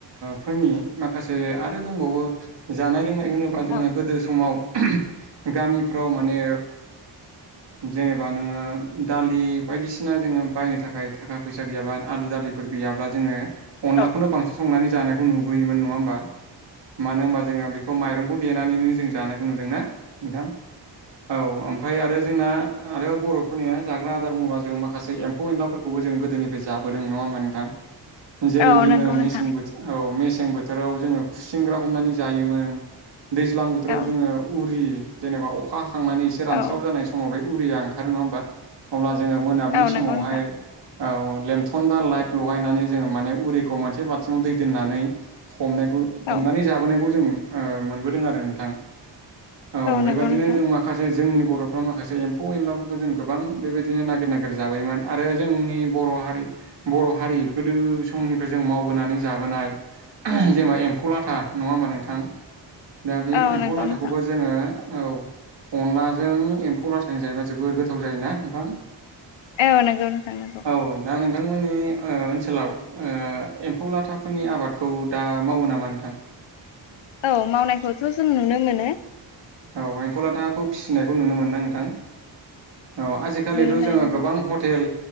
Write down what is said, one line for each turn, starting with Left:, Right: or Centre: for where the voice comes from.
Right: फोरनि माखासे आरो दंबावो जानाय - लोंनाय होनोबा जोङो
Left: औ
Right: गोदो समाव गामिफ्राव माने जेनेबा नोङो दालि बायदिसिना जोङो बायनो थाखाय थाखा- फैसा गैयाबा आलु, दालि गैयाब्ला जोङो अनलाखौनो
Left: औ
Right: बांसिन संनानै जानायखौ नुबोयोमोन नङा होनबा मानो होनबा जोङो बेखौ माइरंखौ देनानैनो जों जानायखौ नुदोंना नोंथां? औ ओमफ्राय आरो जोंना आरो बर'फोरनिया जाग्रा आदार बुङोबा जों माखासे एम्फौ- एनलाफोरखौ खौ जों गोदोनिफ्राय जाबोदों नङा होमबा नोंथां जेरै
Left: औ
Right: जोङो
Left: नंगौ
Right: मेसें
Left: नोंथां
Right: बोथोर औ मेसें बोथोराव जोङो खुसेंग्रा हमनानै जायोमोन दैज्लां बोथोराव
Left: औ
Right: जोङो उरि जेनेबा अखा हाखांनानै एसे रानस्राव
Left: औ
Right: जानाय समाव बे उरिया ओंखारो नङा होमबा अब्ला जोङो मोनाबिलि
Left: औ
Right: समावहाय
Left: नंगौ नोंथां
Right: औ लेमथन बा लाइट लगायनानै जोङो माने उरिखौ मोनसे बालथिङाव दै दोननानै हमनायखौ हमनानै
Left: औ
Right: जाबोनायखौ जों मोनबोदों आरो नोंथां औ बेबायाददिनो
Left: नंगौ नोंथां
Right: जों माखासे जोंनि बर'फ्रा माखासे एम्फौ- एनलाफोरखौ जों गोबां बेबायदिनो नागिर -नागिर जाबोयोमोन आरो जोंनि बर' बर हारि बर' हारि गोदो समनिफ्राय जों मावबोनानै जाबोनाय जेनेबा एम्फौ लाथा नङा होमबा नोंथां दा बे
Left: औ
Right: एम्फौ
Left: नंगौ
Right: लाथाखौबो
Left: नोंथां
Right: जोङो औ अनलाजों एम्फौ लाथ्राय जायोबा जोबोर गोथाव जायोना नोंथां।
Left: औ नंगौ नों थां नगौ।
Right: औ दा नोंथांमोननि ओनसोलाव एम्फौ लाथाफोरनि आबादखौ दा मावो नामा नोंथां।
Left: औ मावनायखौथ' जों नुनो मोनो।
Right: औ एम्फौ लाथाखौ फिसिनायखौ नुनो मोना नोंथां। औ आजिखालिथ'
Left: नुनो मोनो
Right: जोङो
Left: नोंथां
Right: गोबां हटेल